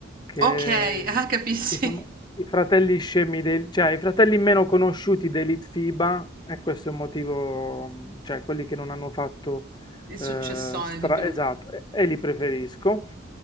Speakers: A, on the left (about 20°); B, on the right (about 45°).
A: che,
B: Ok, <laughs> ah, capisci?
A: che sono i fratelli scemi, del, cioè i fratelli meno conosciuti dei Litfiba, e questo è un motivo, mm, cioè quelli che non hanno fatto,
B: Il successone
A: eh, stra-
B: di Pelù.
A: esatto, e, e li preferisco.